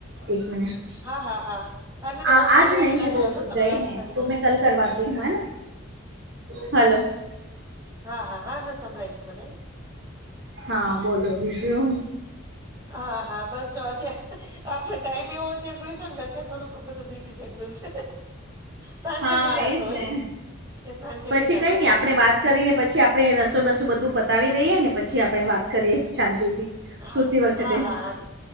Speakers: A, on the right; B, on the right.
A: એક મિનિટ.
B: હા હા હા હા ના ના
A: આ
B: હું
A: આજ
B: મારી વાત
A: નહી
B: ચાલુ
A: હૈ વો
B: રાખું તમે
A: ગયે
B: વાત
A: હૈ
B: કરી
A: તો
B: લ્યો
A: મેં કલ
B: હા
A: કરવાતી હું હેના! હલો.
B: હા હા હા ના સંભળાય છે મને.
A: હા બોલો બીજું.
B: હા હા બસ જાઓ. આપડો ટાઈમ એવો અત્યારે ગોતો ને અત્યારે થોડુંક બધું બીઝી સેડ્યુલ છે. સાંજે
A: હા
B: નીરાત
A: એજ
B: હોય
A: ને
B: એ સાંજે
A: પછી
B: નીરાત
A: કઈ
B: હોય
A: નહી
B: થોડી.
A: આપણે વાત કરીને પછી આપણે રસોઈ બસોય બધું પતાવી દઈએ ને પછી આપણે વાત કરીએ શાંતિથી.
B: હા
A: સુતી વખતે
B: હા હા હા